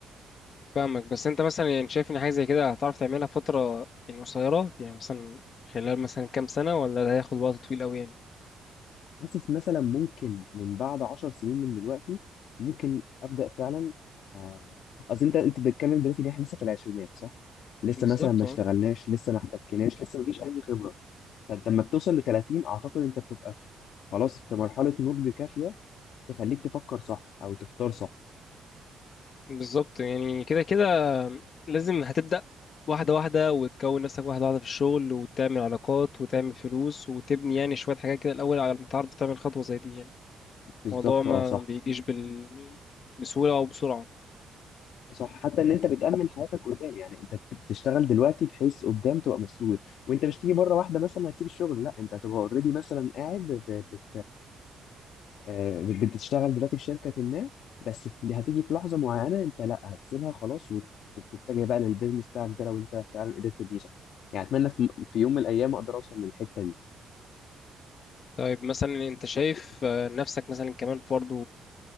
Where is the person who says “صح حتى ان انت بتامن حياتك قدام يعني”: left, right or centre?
Left